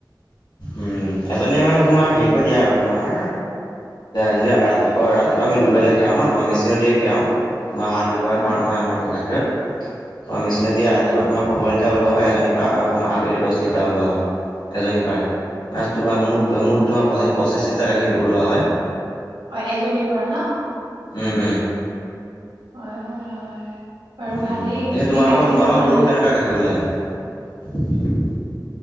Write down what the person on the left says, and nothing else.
উম, এজনীয়ে মানে তোমাৰ হেৰি দিয়া আৰু তোমাৰ যদি ৰাতিপুৱা ৰাতিপুৱা আমি দুবেলা খীৰাও ন তোমাৰ মেচিনত দিয়ে খীৰাও। তোমাৰ হাত ব্যয়ৱহাৰ
কৰা নহয় আমাৰ গাখীৰত তোমাৰ মেচিনত দিয়ে আৰু। এইবাৰ তোমাৰ পোন্ধৰ লিটাৰ ওলোৱা হয় এজনী পৰা আৰু তোমাৰ আবেলি দহ লিটাৰ ওলোৱা হয় এজনী পৰাই। মুঠ তোমাৰ পঁচিশ লিটাৰ গাখীৰ ওলোৱা হয়।
উম উম।
উম'
পিছে
তোমালোকৰ
তোমালোকৰ
গৰু কেনেকুৱা গাখীৰ ওলায়? <unintelligible>